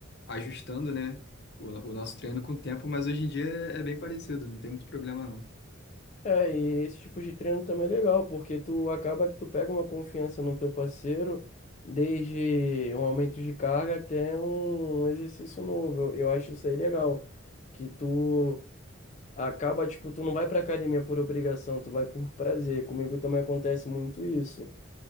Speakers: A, on the left; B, on the left.
A: ajustando, né, o, o nosso treino com o tempo, mas hoje em dia é, é bem parecido, não tem muito problema não.
B: É, e esse tipo de treino também é legal, porque tu acaba que tu pega uma confiança no teu parceiro, desde um aumento de carga até um exercício novo. Eu, eu acho isso aí legal, que tu Acaba, tipo, tu não vai pra academia por obrigação, tu vai por prazer. Comigo também acontece muito isso.